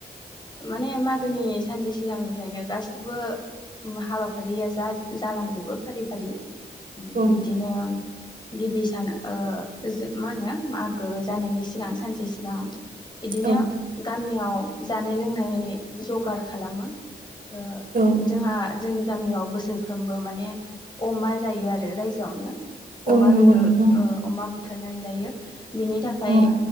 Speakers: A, on the left (about 25°); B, on the right (about 55°).
A: माने मागोनि सानसे सिगांनिफ्रायनो गासिबो उम हाबाफारिया जाजो-जालांजोबो फारि फारि
B: औ
A: बिब्दिनो गिबि सान ओ जों माहोनो मागो जानायनि सिगां सानसे सिगां बिदिनो
B: औ
A: गामियाव जानाय लोंनाय जगार खालामो ओ
B: औ
A: जोंहा जोंनि गामियाव बोसोरफ्रोमबो माने अमा जायो आरो रायजोआवनो
B: औ
A: अमा
B: नंगौ
A: बेदर
B: नोंथां
A: ओ अमा बुथारनानै जायो बेनि थाखाय
B: औ